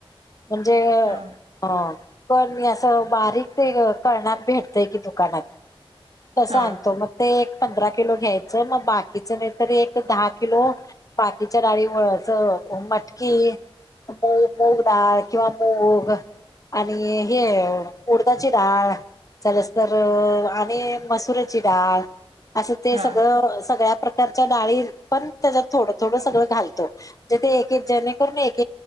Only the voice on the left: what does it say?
म्हणजे
अ. पण मी असं बारीक ते करणात भेटतय की दुकानात. तस
आणतो मग ते एक पंधरा किलो घ्यायच मग बाकीच नाही एक, दहा किलो बाकीच्या डाळी मटकी मुग मूगडाळ किंवा मूग आणि हे उडदाची डाळ. चलस, तर आणि मसुऱची डाळ असं ते
सगळं, सगळ्या, प्रकारच्या डाळी, पण त्याच्यात थोड, थोड, सगळं घालतो जेणेून किलो. एक